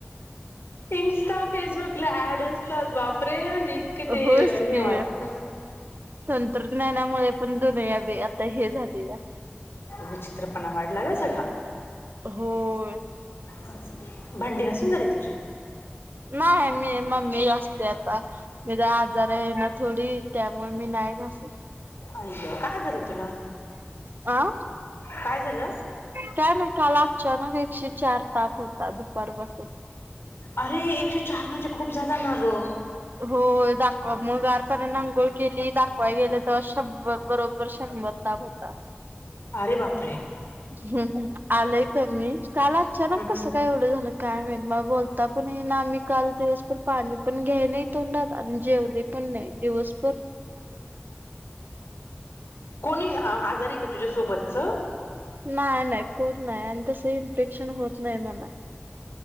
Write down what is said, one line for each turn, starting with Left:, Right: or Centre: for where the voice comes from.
Left: इंस्टा फेसबुक एड असतात. बापरे फ्री म्हजे इतके ते
Right: होयच
Left: हे
Right: की
Left: वाटत..
Right: तंत्रज्ञानामुळे पण दुनिया बी आता हे झालीया...
Left: विचित्रपणा वाढला ग सगळा...
Right: होय...
Left: च भांडी घासून झाले तुझे...
Right: नाय आहे मी मम्मी... ते आता मी आजार आहे ना थोडी त्यामुळे मी नाही घसत...
Left: आई ग काय झाल तुला
Right: अं
Left: काय झाल...
Right: काय नाही काल अचानक एकशे चार ताप होता दुपार पासुन....
Left: अरे एकशे चार म्हणजे खूप झाला ना ग...
Right: हो दा... गार पाण्यानीअंघोळ केली दाखवाय गेले तर शंभर बरोबर शंभर ताप होता
Left: अरे बाप
Right: हम् ह आलय कामी काल अचानक
Left: हम्
Right: कस
Left: हम्
Right: काय एवढ झालं काय माहित मग बोलता पण ना आम्ही काल दिवस पर पाणी पण घ्याय नाही तोंडात आणि जेवले पण नाही दिवस
Left: कोणी आजारी का तुझ्यासोबत अच्छ
Right: नाही नाही कोण नाही आणि तस इन्फेक्शन होत नाही मला